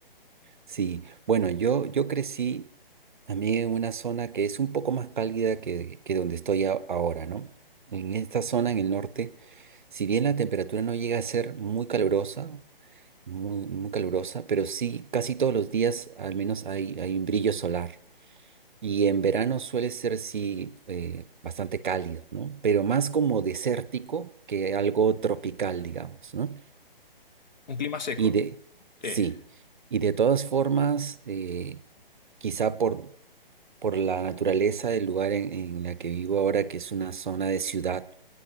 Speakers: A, on the right (about 55°); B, on the left (about 50°).
A: sí. Bueno, yo, yo crecí A mí en una zona que es un poco más cálida que, que donde estoy a- ahora, ¿no? En esta zona, en el norte, si bien la temperatura no llega a ser muy calurosa, muy, muy calurosa, pero sí casi todos los días al menos hay, hay un brillo solar. Y en verano suele ser, sí, eh, bastante cálido, ¿no? Pero más como desértico que algo tropical, digamos, ¿no?
B: Un clima seco.
A: Y de,
B: eh,
A: sí, y de todas formas, eh, quizá por, por la naturaleza del lugar en, en la que vivo ahora, que es una zona de ciudad,